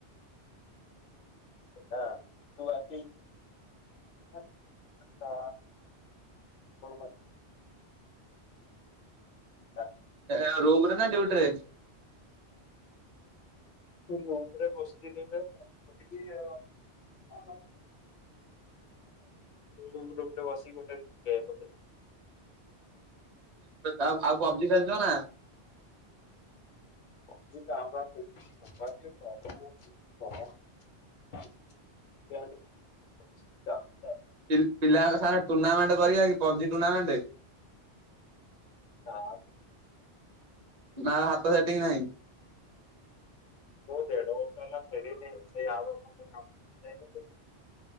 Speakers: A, on the left (about 50°); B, on the right (about 45°).
A: ହ ତୁ ବାକି <unintelligible> କଣ ପାଇଁ ତାକୁ
B: ଏ ଆ ରୁମ୍ ରେ ନା ଡିଉଟିରେ?
A: ରୁମରେ ବସିଥିଲି ତ କଣ କରିବି ଆ-ଆ ରୁମରେ ଟେ ବସିକି ଗୋଟେ ଗେମ୍ ଖେଳୁଥିଲି।
B: ଆଉ ଆଉ ପବଜି ଖେଳୁଛ ନା?
A: <unintelligible> <unintelligible>
B: ପି ପିଲାଙ୍କ ସାଙ୍ଗେ ଟୁର୍ଣ୍ଣାମେଣ୍ଟ କରିବା କି ପବଜି ଟୁର୍ଣ୍ଣାମେଣ୍ଟ?
A: ହଁ।
B: ନା ହାତ ସେଟିଙ୍ଗ୍ ନାହିଁ?
A: ମୁଁ ଦେଢ ବର୍ଷ ହେଲା ଖେଳିନି ସେ ଆଉ <unintelligible>